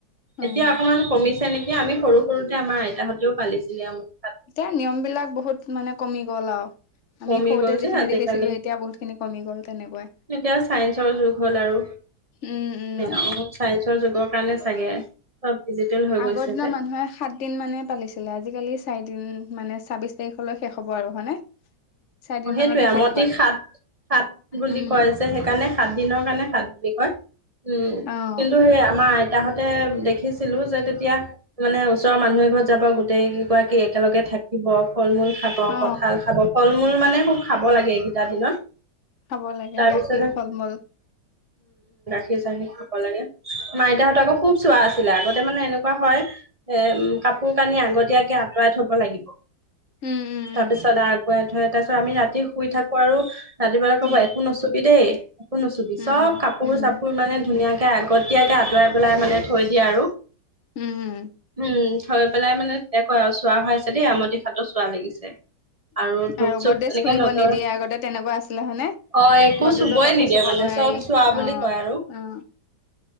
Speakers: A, on the left (about 55°); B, on the right (about 25°).
A: উম
B: এতিয়া অকণমান কমিছে নেকি। এ' আমি সৰু, সৰুতে আমাৰ আইতা হঁতেও পালিছিলে আমাক।
A: এতিয়া নিয়ম বিলাক বহুত- মানে কমি গ'ল আৰু। আমি
B: কমি
A: সৰুতে
B: গ'ল যে
A: যিখিনি
B: আজিকালি
A: দেখিছিলো এতিয়া বহুতখিনি কমি গ'ল। তেনেকুৱাই।
B: এতিয়া চাইন্সৰ যুগ হ'ল আৰু
A: উম' উম'
B: অ চাইন্সৰ যুগৰ সেইকাৰণে চাগে। চব- ডিজিটেল হৈ
A: আগৰ
B: গৈছে
A: দিনৰ
B: যে
A: মানুহে সাত দিন মানে পালিছিলে। আজি-কালি চাৰি দিন মানে- ছাব্বিছ তাৰিখলৈ শেষ হ'ব আৰু। হয়নে। চাৰিদিন
B: সেইটোয়ে
A: মানতে
B: আৰু। আমতো
A: শেষ হয়
B: সাত, সাত বুলি
A: উম
B: কয় যে সেইকাৰণে সাত দিনৰ কাৰণে সাত বুলি কয়। উম'
A: অ
B: কিন্তু সেই আমাৰ- আইতাহঁতে দেখিছিলোঁ যে তেতিয়া মানে ওচৰৰ মানুহ এ ঘৰত যাব গোটেই কেগৰাকী একেলগে থাকিব। ফল- মূল খাব,
A: অ
B: কঁঠাল খাব। ফল -মূল মানে খুব খাব লাগে। এইকেইটা দিনত।
A: খাব লাগে।
B: তাৰপিছতে
A: গাখীৰ, ফল- মূল।
B: গাখীৰ-চাকি খাব লাগে। আমাৰ আইতাহত আকৌ খুব চোৱা আছিলে। আগতে মানে এনেকুৱা হয় এম কাপোৰ- কানি আগতীয়াকে আঁতৰাই থব লাগিব।
A: উম উম
B: তাৰপিছত আৰু- আতৰাই থয়। তাৰপিছত আমি ৰাতি শুই থাকো। আৰু- ৰাতিপুৱা ক'ব
A: উম
B: একো নুচুবি দেই। <unintelligible> একো নুচুবি।
A: উম
B: চব কাপোৰ-
A: উম
B: চাপোৰ মানে ধুনীয়াকে- আগতীয়াকে আঁতৰাই পেলাই মানে থৈ দিয়ে আৰু।
A: উম উম
B: উম। থৈ পেলাই মানে কয় আৰু চোৱা হৈ আছে দেই আমঠি খাতৰ চোৱা লাগিছে। <unintelligible> ধূপ
A: আৰু
B: চুপ
A: গদেজ
B: এনেকে
A: খুলিব
B: নজৰ
A: নিদিয়ে আগতে তেনেকুৱা আছিলে হয়নে।
B: অ একো
A: গদেজৰ
B: চুবই
A: কাপোৰ
B: নিদিয়ে
A: চুব
B: মানে
A: নোৱাৰি।
B: চব চোৱা বুলি
A: অঁ
B: কয় আৰু
A: অঁ